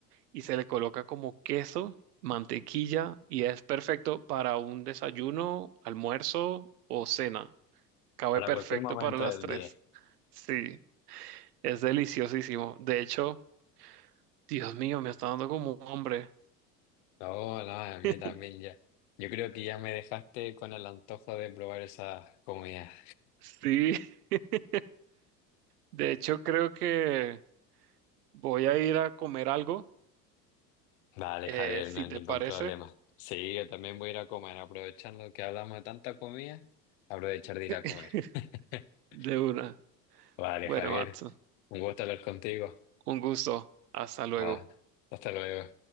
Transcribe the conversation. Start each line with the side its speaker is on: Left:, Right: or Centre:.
Right: y se le coloca como queso, mantequilla y es perfecto para un desayuno, almuerzo o cena. Cabe
Left: para
Right: perfecto
Left: cualquier momento
Right: para las
Left: del
Right: tres.
Left: día.
Right: Sí, es deliciosísimo. De hecho, Dios mío, me está dando como un hombre.
Left: No, no, a mí
Right: <laughs>
Left: también ya. Yo creo que ya me dejaste con el antojo de probar esas comidas.
Right: Sí. <laughs> De hecho, creo que voy a ir a comer algo,
Left: Dale,
Right: eh,
Left: Javier,
Right: si
Left: no hay
Right: te
Left: ningún
Right: parece,
Left: problema. Sí, yo también voy a ir a comer, aprovechando que hablamos de tanta comida, aprovechar de ir a comer.
Right: <laughs>
Left: <laughs>
Right: de una.
Left: Vale,
Right: Bueno,
Left: Javier,
Right: Watson,
Left: un gusto hablar contigo.
Right: un gusto. Hasta luego.
Left: Vale, hasta luego.